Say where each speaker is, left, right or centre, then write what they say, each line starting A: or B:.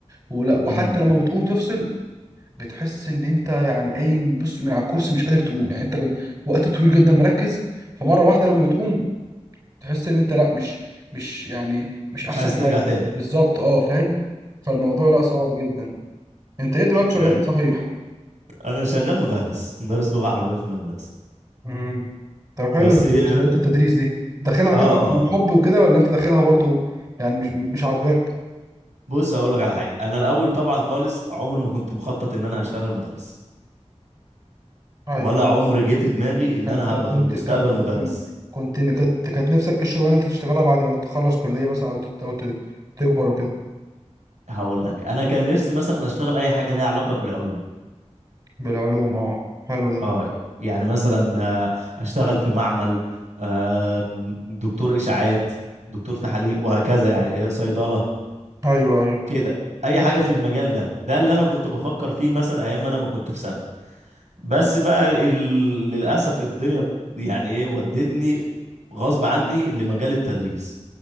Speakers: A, on the right; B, on the right.
A: ولا وحتى
B: امم
A: لما بتقوم تفصل بتحس ان انت يعني قايم بص من على الكرسي مش قادر تقوم يعني انت وقت طويل جدا مركز فمره واحده لما بتقوم تحس ان انت لا مش مش يعني مش احسن
B: مش عايز ترجع
A: حاجه
B: تاني
A: بالظبط اه فاهم فالموضوع لا صعب جدا انت ايه دلوقتي شغال
B: يعني
A: ايه صحيح
B: انا شغال مدرس مدرس لغه عربيه في مدرسه
A: امم طب حلو
B: بس
A: إنت
B: اه
A: شغلت التدريس دي داخلها
B: اه
A: كده حب وكده ولا انت داخلها برضو يعني مش مش عاجباك
B: بص هقول لك على حاجه انا الاول طبعا خالص عمري ما كنت مخطط ان انا هشتغل مدرس
A: ايوه
B: ولا عمر جه في دماغي ان
A: كنت
B: انا هبقى في
A: كنت
B: المستقبل
A: كنت
B: مدرس
A: كنت كانت كانت نفسك ايه الشغلانه اللي انت تشتغلها بعد ما تتخلص كليه مثلا او تت- او ت- تكبر وكده
B: هقول لك انا كان نفسي مثلا اشتغل اي حاجه لها علاقه بالعلوم
A: بالعلوم اه حلو ده
B: اه يعني مثلا آه، اشتغل في معمل آه، دكتور اشاعات دكتور تحاليل وهكذا يعني آه، صيدله
A: ايوه ايوه
B: كده اي حاجه في المجال ده ده اللي انا كنت بفكر فيه مثلا ايام ما انا ما كنت في ثانوي بس بقى ال... للاسف الدنيا يعني ايه ودتني غصب عني لمجال التدريس